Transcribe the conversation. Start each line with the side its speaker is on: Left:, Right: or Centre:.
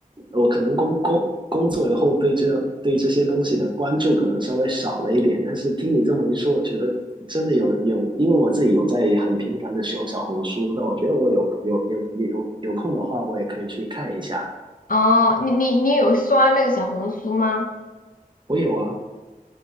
Right: 我可能工工工作以后对这对这些东西的关注可能稍微少了一点，但是听你这么一说，我觉得真的有有，因为我自己有在很频繁的使用小红书，那我觉得我有有有有有有空的话，我也可以去看一下。
Left: 哦，你你你有刷那个小红书吗？
Right: 我有啊，